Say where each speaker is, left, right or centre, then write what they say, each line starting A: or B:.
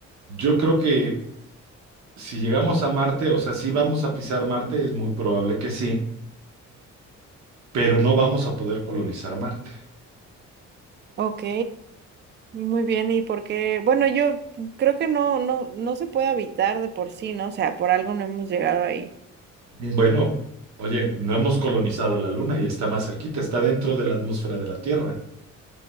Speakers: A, on the right; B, on the right.
A: Yo creo que si llegamos a Marte, o sea, si vamos a pisar Marte, es muy probable que sí, pero no vamos a poder colonizar Marte.
B: ok, muy bien. ¿Y por qué? Bueno, yo creo que no, no, no se puede habitar de por sí, ¿no? O sea, por algo no hemos llegado ahí.
A: Bueno, oye, no hemos colonizado la Luna y está más cerquita, está dentro de la atmósfera de la Tierra.